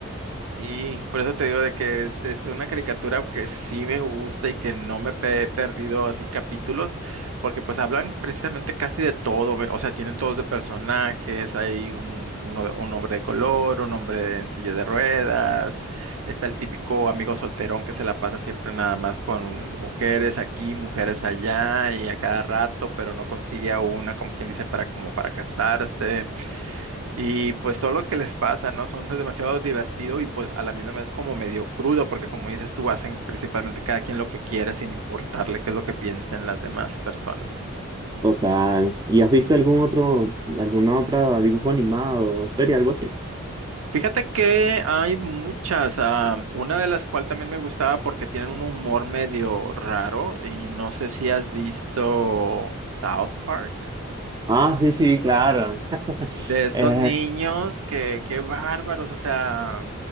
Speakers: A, on the right; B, on the right.
A: Sí, por eso te digo de que es, es una caricatura que sí me gusta y que no me pe- he perdido así capítulos, porque pues hablan precisamente casi de todo, ve- o sea, tienen todos de personajes, hay un, uno de- un hombre de color, un hombre en silla de ruedas, está el típico amigo solterón que se la pasa siempre nada más con mujeres aquí, mujeres allá y a cada rato, pero no consigue a una, como quien dice, para como para casarse. Y pues todo lo que les pasa, ¿no? Son demasiado divertido y pues a la misma vez como medio crudo, porque como dices tú, hacen principalmente cada quien lo que quiere sin importarle qué es lo que piensen las demás personas.
B: Total. ¿Y has visto algún otro, alguna otra dibujo animado o serie, algo así?
A: Fíjate que hay muchas, ah, una de las cuales también me gustaba porque tienen un humor medio raro y no sé si has visto South Park.
B: Ah, sí, sí, claro.
A: de estos
B: Eh,
A: niños, que qué bárbaros, o sea,